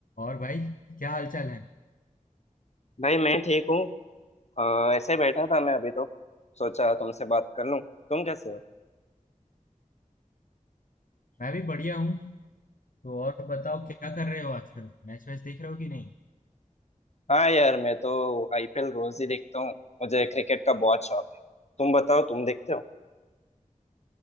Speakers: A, on the left; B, on the left.
A: और भाई क्या हालचाल है
B: भाई मैं ठीक हूँ अ, ऐसे ही बैठा था मैं अभी तो सोचा तुमसे बात कर लूँ तुम कैसे हो
A: मैं भी बढ़िया हूँ तो और बताओ क्या कर रहे हो आजकल मैच वैच देख रहे हो कि नहीं
B: हाँ यार मैं तो आईपीएल रोज ही देखता हूँ मुझे क्रिकेट का बहुत शौक है तुम बताओ तुम देखते हो